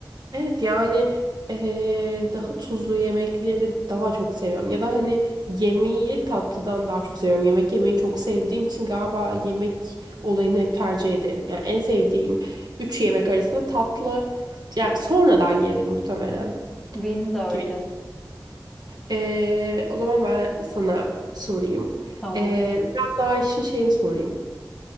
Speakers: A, on the right (about 65°); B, in the centre.
A: Evet yani eee, daha tuzlu yemekleri daha çok seviyorum. Ya da hani yemeği tatlıdan daha çok seviyorum. Yemek yemeyi çok sevdiğim için galiba yemek olayını hep tercih ederim. Yani en sevdiğim üç yemek arasında tatlı yani sonradan gelir muhtemelen
B: Benim de öyle.
A: gibi. geliyor. Eee, o zaman ben sana sorayım.
B: Tamam.
A: Eee, biraz daha işin şeyini sorayım.